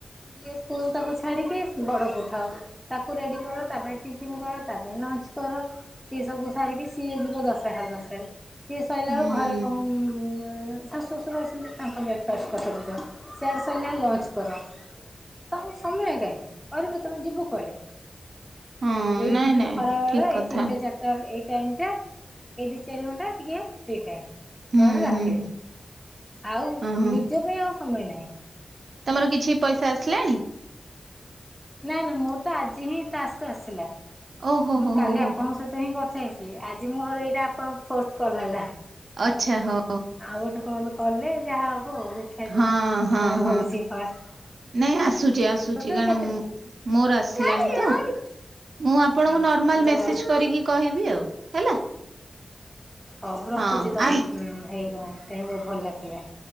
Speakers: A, in the centre; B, on the right (about 70°).
A: ସିଏ ସ୍କୁଲ ତାକୁ ଛାଡିକି ବଡକୁ ଉଠାଅ ତା କୁ ରେଡି କର ତା ପାଇଁ ଟିଫିନକର ତା ପାଇଁ ଲଞ୍ଚକର ସିଏ ସବୁ ସାରିକି ସିଏ ଯିବ ଦଶଟା ସାଡେଦଶଟାରେ। ସିଏ ସଇଲା
B: ହୁଁ
A: ବେଳୁ ଘରେ କଣ ଉଁ ଏ ଶାଶୁଶଶୁର ଅଛନ୍ତି ତାଙ୍କ ବ୍ରେକଫାଷ୍ଟ କଥା ବୁଝ ସିଆଡେ ସଇଲାଣି ଲଞ୍ଚକର। ତମକୁ ସମୟକାଇଁ କରିବୁ ତମେ ଯିବୁକୁଆଡେ?
B: ହଁ
A: ଏଇ
B: ନାଇଁ
A: ଯୋଉ
B: ନାଇଁ
A: ଖରାବେଳ
B: ଠିକ
A: ଏଇ
B: କଥା
A: ତିନିଟାଚାରିଟା ବେଳେ ଏଇ ଟାଇମ ଟା ଏଇ ଦି ଚାରି ଘଣ୍ଟା ଟିକେ ଫ୍ରି ଟାଇମ୍ ନହେଲେ
B: ହୁଁ
A: ରାତିରେ।
B: ହୁଁ ହୁଁ
A: ଆଉ
B: ଓହୋ।
A: ନିଜପାଇଁ ଆଉ ସମୟନାହିଁ।
B: ତମର କିଛି ପଇସା ଆସିଲାଣି?
A: ନା ନା ମୋର ତ ଆଜି ହିଁ ଟାତ୍ସ୍କ ଆସିଲା।
B: ଓହୋ
A: ମୁଁ
B: ହୋ
A: କାଲି
B: ହୋ ହୋ
A: ଆପଣଙ୍କ ସହିତ ହିଁ କ ଥା ହେଇଥିଲି ଆଜି ମୋର ଏଇରା ଆପଣ ଙ୍କ ଫୋର୍ଥ କଲ୍ ହେଲା।
B: ଆଚ୍ଛା ହଁ।
A: ଆଉଗୋଟେ କଲ୍ କଲେ ଯାହା ଆଉ ହ ଦେଖାଯାଉ,
B: ହଁ ହଁ
A: କଣହଉଛି
B: ହଁ
A: ଫାଷ୍ଟ।
B: ନାଇଁ ଆସୁଛି ଆସୁଛି
A: ଟୋଟାଲ
B: କାରଣ
A: କେତେଟା?
B: ମୁଁ ମୋର ଆସିଲାଣି
A: ଆଜ୍ଞା
B: ତ
A: <unintelligible>
B: ମୁଁ ଆପଣଙ୍କୁ
A: ଆଜ୍ଞା।
B: ନର୍ମାଲ
A: ଆଜ୍ଞା
B: ମେସେଜ କରିକି କହିବି ଆଉ ହେଲା।
A: ହଉ ରଖୁଛି
B: ହଁ
A: ଦଶ
B: ଆସ
A: ହେଇଗଲାଣି ତ ଟାଇମ ଓଭର ଲାପ ହେଲାଣି।